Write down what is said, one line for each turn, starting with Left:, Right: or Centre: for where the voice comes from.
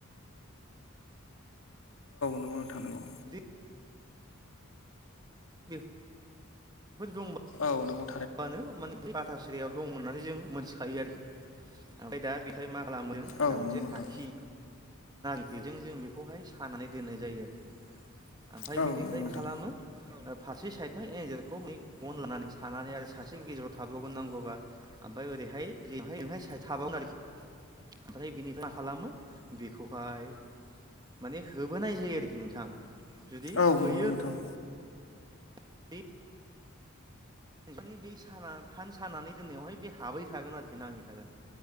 Left: <unintelligible> थानांगौ।
Right: जुदि <unintelligible> फोर दङ।
Left: औ नोंगौ।
Right: मानो माने बाथासिरियाव दं होननानै जों मोनथिखायो आरोखि ओमफ्राय दा बेखाय मा खालामदों
Left: औ
Right: दा मोनसे
Left: नंगौ
Right: खाखि
Left: नोंथां
Right: <unintelligible> जों बेखौहाय सानानै दोननाय जायो आरोखि ओमफ्राय
Left: औ
Right: बिनिफ्राय
Left: नंगौ नोंथां
Right: मा खालामो ओ फारसे साइदनो एनजरखौ मे बन लानानै सानानै आरो सासे गेजेराव थाबावगोन नांगौबा ओमफ्राय ओरैहाय जेहाय ओहाय साय थाबावगोन आरोखि। ओमफ्राय बिनिफ्राय मा खालामो बेखौहाय माने होबोनाय जायो आरोखि नोंथां। जुदि
Left: औ
Right: होयो
Left: नंगौ नोंथां।
Right: <inaudible> नोंथांनि बे साना फान सानानै दोननायावहाय बे हाबहैखागोन आरोखि नांहैखागोन